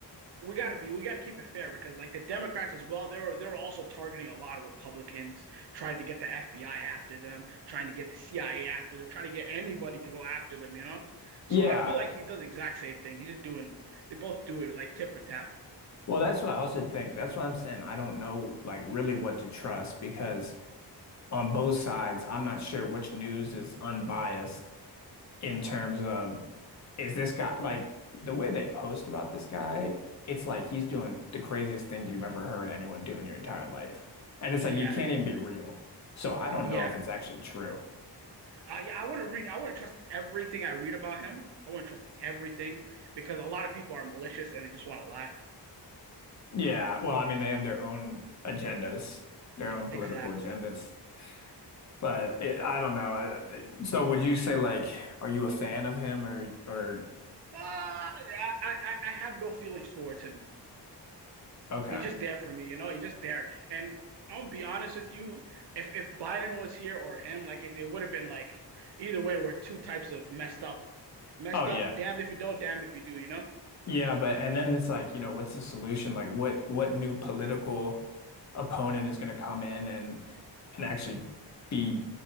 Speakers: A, on the right (about 70°); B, on the left (about 40°).
A: we got to be we got to keep it fair because like the Democrats as well they were they were also targeting a lot of Republicans trying to get the FBI after them trying to get the CIA after them trying to get anybody to go after them you know so
B: yeah.
A: I feel like he does the exact same thing he's just doing they both do it like tip for tap
B: Well, that's what I also think. That's what I'm saying. I don't know like really what to trust because on both sides, I'm not sure which news is unbiased in terms of is this guy like the way they post about this guy, it's like he's doing the craziest things you've ever heard anyone do in your entire life. And it's
A: yeah
B: like you can't even be real. So I don't
A: yeah
B: know if it's actually true.
A: uh, yeah I want to read I want to trust everything I read about him I want to trust everything because a lot of people are malicious and they just want to lie
B: Yeah, well, I mean, they have their own agendas, their own political
A: exactly
B: agendas. But it, I don't know. Uh, So would you say like, are you a fan of him or or
A: uh, I, I I have no feelings towards him
B: okay.
A: He's just there for me, you know. He's just there. And I'm gonna be honest with you, if if Biden was here or him, like it, it would have been like either way, we're two types of messed up, messed
B: Oh yeah.
A: up. Damned if you don't, damned if you do, you know.
B: Yeah, but and then it's like, you know, what's the solution? Like what what new political opponent is going to come in and and actually be